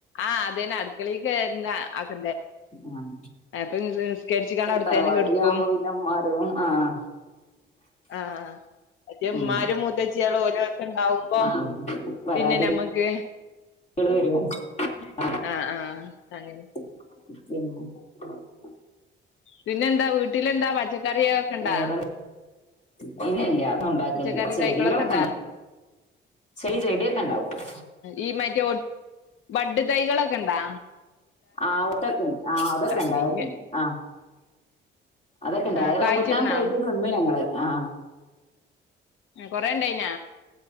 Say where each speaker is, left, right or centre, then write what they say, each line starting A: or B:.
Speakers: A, on the left; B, on the left.
A: ആ അതന്നെ അടുക്കളയിക്ക് കേറേണ്ട അത്
B: ഉം
A: അപ്പം നിസ്കരിച്ചു കാണ അവിടെത്തന്നെ
B: തറവാട്ടിലാവുമ്പോ
A: കിടക്കും
B: പിന്നെ ഉമ്മാരും ആഹ്
A: ആ മറ്റേ ഉമ്മാരും
B: ഉം
A: മൂത്തച്ചിയളു ഓര് ഒക്കെ ഇണ്ടാവുമ്പോ
B: ആഹ് പരാതികള്
A: പിന്നെ നമ്മക്ക്
B: <unintelligible>
A: ആ ആഅ
B: <inaudible>
A: പിന്നെ എന്താ വീട്ടിലെന്താ പച്ചക് കറിയൊക്കെ ഉണ്ടോ
B: വേറെ <unintelligible>
A: പച്ചക്കറി
B: ചെടികളൊക്കെ
A: തൈകളൊക്കെ ഒണ്ടാ
B: ഇണ്ടാ ചെടി ചെടിയൊക്കെ ഇണ്ടാക്കും
A: ഈ മറ്റേ ബോ ബഡ്. തൈകളൊക്കെ ഒണ്ടാ?
B: ആ ഔട്ടാക്കും അതൊക്കെണ്ട് ആ അതൊക്കെണ്ട്.
A: കഴിഞ്ഞ്
B: അതൊക്കെുണ്ട് ആ അതൊക്കെണ്ട്.
A: ആ കായ്ച്ച്ക്ക്ണാ
B: റംപൂട്ടാൻ പോയിട്ട് തിന്നു ഞങ്ങള് ആ
A: <unintelligible> കൊറേണ്ടായിനാ?